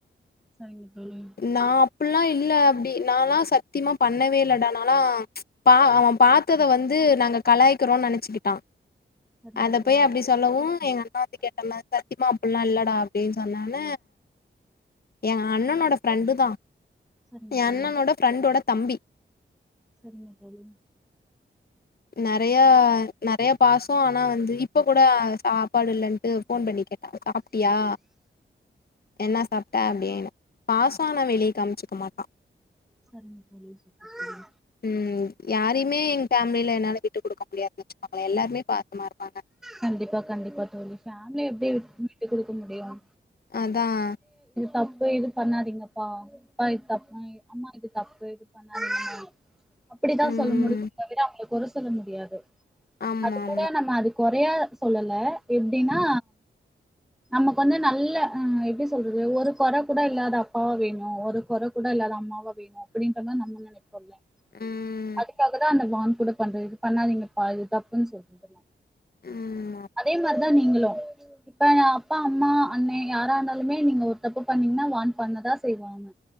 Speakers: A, in the centre; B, on the left.
A: சரிங்க தோழி.
B: நா அப்புல்லா இல்ல அப்டி நால்லா சத்தியமா பண்ணவே இல்லடானாலா பா அவன் பாத்தத வந்து நாங்க கலாய்க்கிறோன் நெனச்சுக்கிட்டா
A: சரிங்க
B: அத
A: தோழி.
B: போய் அப்டி சொல்லவு எங்க அண்ணே வந்து கேட்டானா சத்திமா அப்புல்லா இல்லடா அப்படின்னு சொன்னோன எங்க அண்ணனோட ஃப்ரெண்டு தா
A: சரிங்க
B: என்
A: தோழி.
B: அண்ணனோட ஃப்ரெண்டோடத் தம்பி
A: சரிங்க தோழி
B: நறைய நறைய பாசம் ஆனா வந்து இப் இப்ப கூட சாப்பாடு இல்லன்ட்டு ஃபோன் பண்ணி கேட்டான் சாப்ட்டியா என்ன சாப்ட்ட அப்டின்னு பாசம் ஆனா வெளிய காம்ச்சிக்க மாட்டான்
A: சரிங்க தோழி. சூப்பர் தோழி.
B: உம் யாரையுமே எங்க ஃபேமிலில என்னால விட்டு குடுக்க முடியாதுன்னு வச்சுக்கோங்களே எல்லாருமே பாசமா இருப்பாங்க
A: கண்டிப்பா கண்டிப்பா தோழி ஃபேமிலி எப்படி விட்டு குடுக்க முடியும்
B: அதான்.
A: தப்பு இது பண்ணாதீங்கப்பா <unintelligible> ஆமா இது தப்பு இது <inaudible> அப்டித்தா
B: ம்
A: சொல்ல முடியு தவிர அவங்களுக்கு வந்து சொல்ல முடியாது
B: ஆமா
A: அது கூட
B: ஆமா
A: நம்ம அது கொறையா சொல்லல எப்டின்னா நமக்கு வந்து நல்ல அ எப்டி சொல்றது ஒரு கொற கூட இல்லாத அப்பாவா வேணு ஒரு கொற கூட இல்லாத அம்மா வா வேணு அப்டிங்கறதா நம்ம நெனைப்போல
B: ம்
A: அதுக்காக தா அந்த கூட பண்றது இது பண்ணாதீங்கப்பா இது தப்புன் சொல்றதுலா
B: ம்
A: அதே மாரி தா நீங்களு இப்ப அப்பா அம்மா அண்ணே யாரா இருந்தாலுமே நீங்க ஒரு தப்பு பண்ணீங்கன்னா வான் பண்ணதா செய்வாங்க